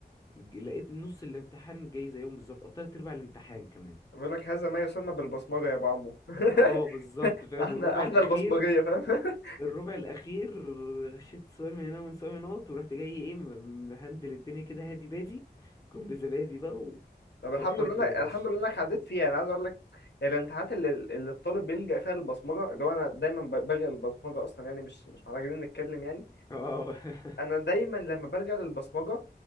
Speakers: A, on the left (about 20°); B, on the left (about 80°).
A: ج- لقيت نص الامتحان جاي زيهم بالظبط او تلات ارباع الامتحان كمان
B: بيقول لك هذا ما يسمى بالبصمجه يا ابو عمو <laughs>
A: اه بالظبط فاهم
B: احنا
A: والربع
B: احنا
A: الاخير
B: البصمجيه فاهم <laughs>
A: الربع الاخير غشيت سؤال من هنا ومن سؤال من هنا ورحت جاي ايه م- مهندل الدنيا كده هادي بادي كوم بزبادي بقى و...
B: طب الحمد
A: وحط
B: لله
A: يا
B: انك
A: باشا
B: الحمد لله انك عديت فيها انا عايز اقول لك يعني الامتحانات اللي, اللي الطالب بيلجأ فيها للبصمجه اللي هو انا دايما ب- بلجأ للبصمجه اصلا يعني مش مش محتاجين نتكلم يعني
A: اه <laughs>
B: انا دايما لما بلجأ للبصمجه